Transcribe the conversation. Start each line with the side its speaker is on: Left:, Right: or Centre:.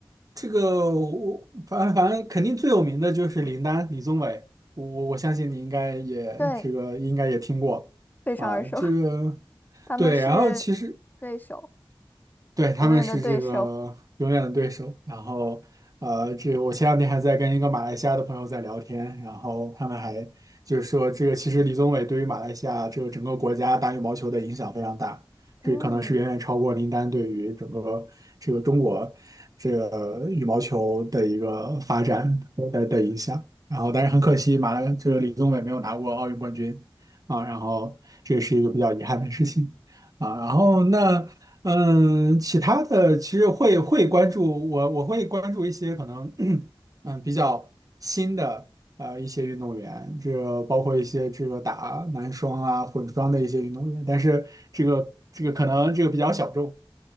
Right: 这个我反正反正肯定最有名的就是林丹李宗伟，我我我相信你应该也这个应该也听过啊，
Left: 对，非常耳熟，
Right: 这个。
Left: <laughs> 他们是
Right: 对，然后其实
Left: 对手，
Right: 对，他们是这个永远的对手。
Left: 永远的对手。
Right: 然后，呃，这我前两天还在跟一个马来西亚的朋友在聊天，然后他们还就是说，这个其实李宗伟对于马来西亚这个整个国家打羽毛球的影响非常大，
Left: 嗯。
Right: 这可能是远远超过林丹对于整个这个中国这个羽毛球的一个发展的的影响。然后，但是很可惜，马来这个李宗伟没有拿过奥运冠军啊，然后这也是一个比较遗憾的事情。啊，然后那嗯，其他的其实会会关注我，我会关注一些可能，<clears throat> 嗯，比较新的呃一些运动员，这个包括一些这个打男双啊、混双的一些运动员，但是这个这个可能这个比较小众，